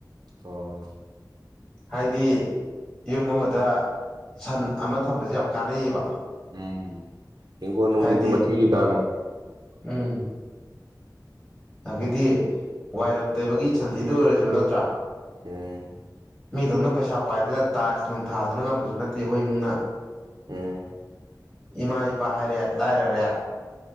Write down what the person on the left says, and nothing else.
ꯍꯥꯏꯗꯤ ꯌꯨꯝ ꯑꯃꯗ ꯁꯟ ꯑꯃ ꯊꯝꯕꯁꯦ ꯌꯥꯝ ꯀꯥꯟꯅꯩꯌꯦꯕ
ꯍꯥꯏꯗꯤ
ꯎꯝ ꯑꯗꯒꯤꯗꯤ ꯋꯥꯏꯔꯝ ꯇꯩꯕꯒꯤ ꯁꯟꯊꯤꯗ ꯑꯣꯏꯔꯁꯨ ꯅꯠꯇ꯭ꯔꯥ
ꯃꯤꯗꯣꯝꯅ ꯄꯩꯁꯥ ꯄꯥꯏꯗꯅ ꯇꯥꯏꯁ ꯅꯣꯡꯊꯥꯗꯨꯅ ꯉꯝꯕꯁꯨ ꯅꯠꯇꯦ ꯑꯩꯈꯣꯏ ꯏꯃꯨꯡꯅ
ꯏꯃꯥ ꯏꯄꯥ ꯍꯥꯏꯔꯦ ꯂꯥꯏꯔꯔꯦ